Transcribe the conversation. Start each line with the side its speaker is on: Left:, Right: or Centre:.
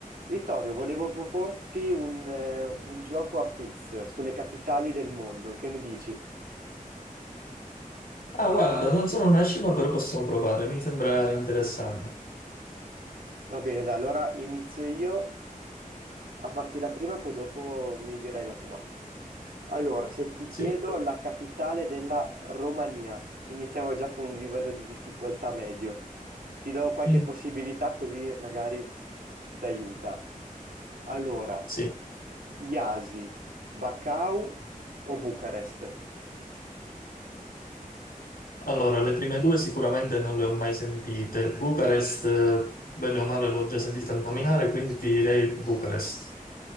Right: Vittorio, volevo proporti un, eh, un gioco a quiz sulle capitali del mondo, che ne dici?
Left: Ah, guarda, non sono una scimmia, però possiamo provare, mi sembra interessante.
Right: Va bene, dai, allora inizio io a farti la prima e poi dopo mi dirai la tua. Allora, se ti chiedo
Left: Sì.
Right: la capitale della Romania, iniziamo già con un livello di difficoltà medio. Ti do qualche
Left: Mm,
Right: possibilità così magari ti aiuta. Allora,
Left: sì.
Right: Iasi, Bacău o Bucarest?
Left: Allora, le prime due sicuramente non le ho mai sentite. Bucarest, eh, bene o male, l'ho già sentita nominare, quindi ti direi Bucarest.